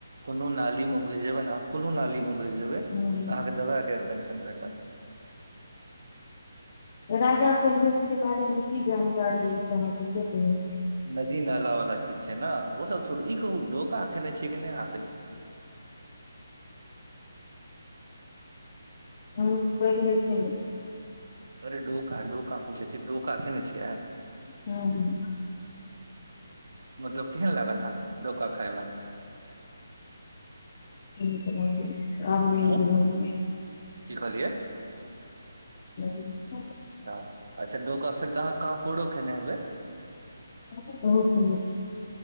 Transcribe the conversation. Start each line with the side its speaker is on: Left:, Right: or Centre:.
Right: कोनो नाली मे घुस जेबै कोनो नाली मे घुस जेबै
Left: हूँ
Right: अहाँके दवां के अरीकंजन भेटत त <inaudible>
Left: राजा सलहेश के बारेमे की जानकारी एहि अहाँ के से कहियो
Right: नदी नाला वाला चीज छै ने ओ सब छोड़ू ई कहू डोका फ खेने छै कि नहि कहियो
Left: हुँ पहिले खेने छिय
Right: अरे डोका डोका पूछै छिय डोका खैने छियै
Left: हुँ
Right: मतलब केहन लागल अहाँके डोका खाायमे
Left: निक लगले सब निक
Right: हूँ
Left: लगले
Right: की कहलियै
Left: <unintelligible> <inaudible>
Right: अच्छा अच्छा डोका फेर तऽ अहाँ कहाँ कांकोरो खेने हेबै
Left: कांकोर बहुत खेने छिय